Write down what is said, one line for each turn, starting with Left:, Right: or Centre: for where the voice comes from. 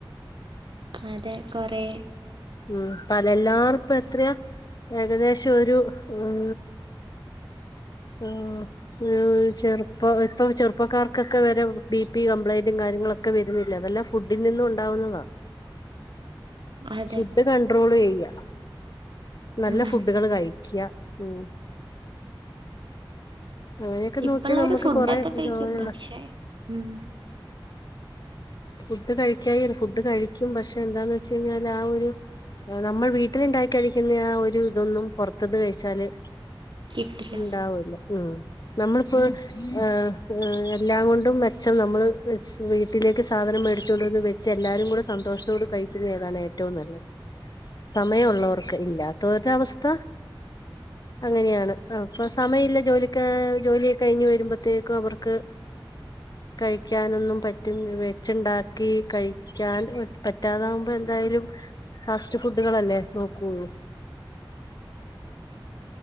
Right: അതെ കൊറേ
Left: ഉം പ്പ ലെല്ലാർക്കും എത്രയാ ഏകദേശം ഒരു ഉം ഉം ഉം ചെർപ്പ ഇപ്പൊ ചെർപ്പക്കാർക്കൊക്കെ വരെ ബി പി കംപ്ലൈന്റും കാര്യങ്ങളൊക്കെ ഒക്കെ വെരുന്നില്ലേ അതെല്ലാം ഫുഡ്‌ഡി നിന്നും ഉണ്ടാവുന്നതാ
Right: അതെ
Left: ഫുഡ്ഡ് കണ്ട്രോള് ചെയ്യാ നല്ല
Right: ഉം
Left: ഫുഡ്ഡ്കള് കഴിക്ക്യാ ഉം അങ്ങനെയൊക്കെ
Right: ഇപ്പള്ളാര്
Left: നോക്കിയാ നമുക്ക്
Right: ഫുഡൊക്കെ
Left: കൊറെ
Right: കൈക്കും
Left: രോഗങ്ങള
Right: പക്ഷെ ഉം
Left: ഫുഡ് കഴിക്കായി ഫുഡ് കഴിക്കും പക്ഷെ എന്താന്ന് വെച്ച് കഴിഞ്ഞാല് ഒരു എഹ് നമ്മൾ വീട്ടില്ഇണ്ടാക്കി കഴിക്ക്ന്ന ആ ഒരു ഇതൊന്നും പൊർത്ത്ന്ന് കഴിച്ചാല്
Right: കിട്ടില്ല
Left: ഇണ്ടാവൂല്ല ഉം നമ്മ്ള് പ്പോ ആഹ് ഹഎഹ് എല്ലാം കൊണ്ടും മെച്ചം നമ്മള് വീട്ടിലേ ക്ക് സാധനം മേടിച്ചുകൊണ്ടുവന്ന് വെച്ച് എല്ലാരും കൂടെ സന്തോഷത്തോട് കഴിക്കുന്ന ഇതാണ് ഏറ്റവും നല്ലത് സമയം ഉള്ളവർക്ക് ഇല്ലാത്തോര്ടെ അവസ്ഥ അങ്ങനെയാണ് അഹ് അപ്പ സമയഇല്ല ജോലിക്ക് ജോലി കഴിഞ്ഞ് വരുമ്പത്തേക്കും അവർക്ക് കഴിക്ക്യാനൊന്നും പറ്റുന്ന് വെ ച്ച് ഇണ്ടാക്കി കഴിക്കാൻ പറ്റാതാവുമ്പൊ എന്തായാലും ഫാസ്റ്റ് ഫുഡ്ഡ് കളല്ലേ നോക്കൂള്ളു